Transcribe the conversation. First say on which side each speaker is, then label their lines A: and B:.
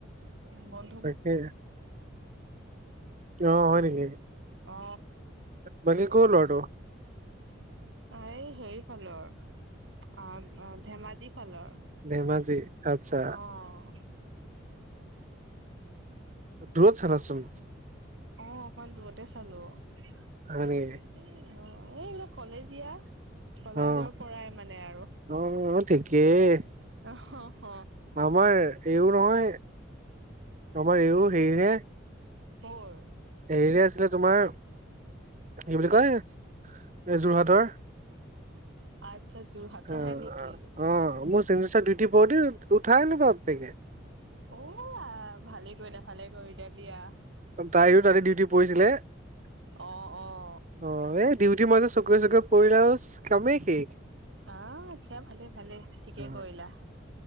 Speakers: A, on the right; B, on the right.
A: অ, মন
B: তাকে অ, হয় নেকি?
A: অ,
B: বাকী
A: হেনেকে।
B: ক'ৰ ল'ৰাটো?
A: অ, এই হেৰি ফালৰ অ', অ', ধেমাজি। ফালৰ
B: ধেমাজি আচ্ছা,
A: অ',
B: দূৰত চালা চোন?
A: অ', অকমান দূৰতে চালো।
B: হয়
A: <unintelligible>
B: নেকি?
A: এ এইবিলাক কলেজীয়া-কলেজৰ
B: অ',
A: পৰাই মানে আৰু।
B: অ, ঠিকেই।
A: অহ, হ - হ।
B: আমাৰ এইও নহয়, আমাৰ এইও হেৰীৰহে।
A: ক'ৰ?
B: হেৰীৰে আছিলে তোমাৰ কি বুলি কয় এই যোৰহাটৰ।
A: আচ্ছা যোৰহাটৰ
B: অ',
A: হে নেকি?
B: অ, মোৰ চিগনেচাৰ দিত <unintelligible> উঠাই আনো বাপ্পেকে।
A: ঔ আ, ভালে কৰিলা -ভালে কৰিলা দিয়া।
B: তাইৰো তাতে ডিউটি পৰিছিলে
A: অ', অ',
B: অ, এই ডিউটি মই যে চকুৱে -চকুৱে পৰিলে আওচ কামেই শেষ।
A: আহ, আচ্ছা ভালে- ভালে ঠিকে
B: অ',
A: কৰিলা।